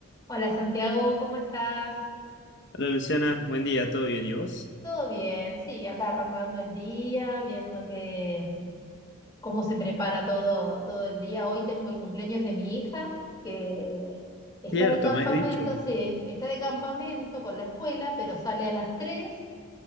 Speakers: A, on the left; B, on the left.
A: Hola Santiago, ¿cómo estás?
B: Hola Luciana, buen día, ¿todo bien y vos?
A: Todo bien, sí, acá arrancando el día, viendo que cómo se prepara todo, todo el día. Hoy tengo el cumpleaños de mi hija, que está
B: Cierto,
A: de campamento,
B: me has dicho.
A: sí, está de campamento con la escuela, pero sale a las 3,